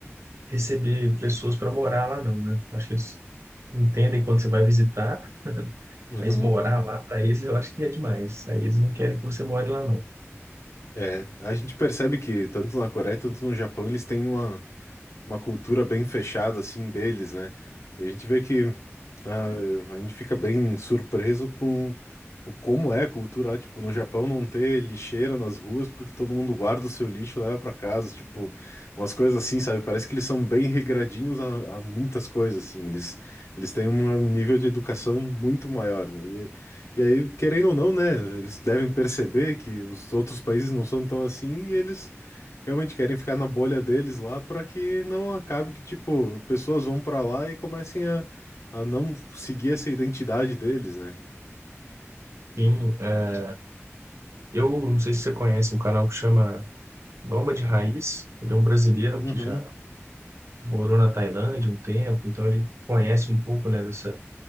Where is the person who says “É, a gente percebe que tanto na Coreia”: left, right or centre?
Left